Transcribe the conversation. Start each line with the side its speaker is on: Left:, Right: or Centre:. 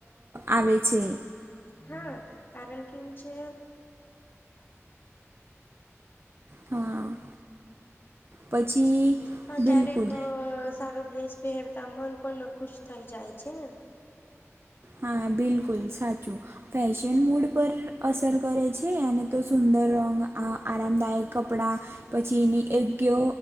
Right: આવે છે.
Left: હા. કારણ કેવું છે.
Right: હા પછી.
Left: હા
Right: બિલકુલ
Left: ક્યારેક સારો ડ્રેસ પહેરતા મન પણ ખુશ થઈ જાય છે ને.
Right: હા બિલકુલ સાચું. ફેશન મૂડ પર અસર કરે છે અને તો સુંદર રંગ આ આરામદાયક કપડાં પછી એની યોગ્ય